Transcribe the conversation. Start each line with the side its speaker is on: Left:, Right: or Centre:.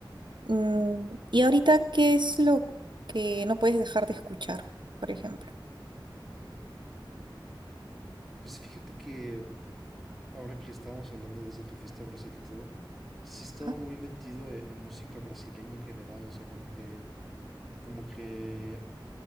Right: Mm, ¿y ahorita qué es lo que no puedes dejar de escuchar, por ejemplo?
Centre: Pues fíjate que ahora que estábamos hablando de eso, que fuiste a Brasil y todo, sí he estado
Right: Ajá.
Centre: muy metido e- en, música brasileña en general, o sea, como que, como que